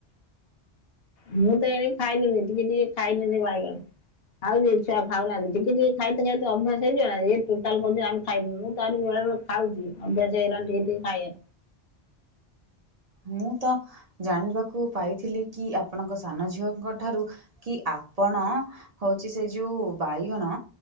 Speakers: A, on the left; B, on the right.
A: ମୁଁ ତ ଏଣିକି ଖାଇଲିଣୀ ଟିକେ ଟିକେ ଖାଇଲିଣୀ ବାଇଗଣ ଆଉ ଜେ ଛୁଆ ଖାଉନାହାନ୍ତି ଟିକେ ଟିକେ ଖାଇତେ ଖାଇତେ ଅଭ୍ୟାସ ହେଇଯିବ ନା, ଏ ଟୋଟାଲ କହୁଚିନ୍ତି ଆମେ ଖାଇବୁନୁ, ମୁଁ ତ ଆହୁରି ବେଳେବେଳେ ଖାଉଚି ଅଭ୍ୟାସ ହେଇଗଲାଣି ଟିକେ ଟିକେ ଖାଇବାରେ।
B: ମୁଁ ତ ଜାଣିବାକୁ ପାଇଥିଲି କି ଆପଣଙ୍କ ସାନ ଝିଅଙ୍କ ଠାରୁ କି ଆପଣ ହଉଚି ସେ ଯୋଉ ବାଇଗଣ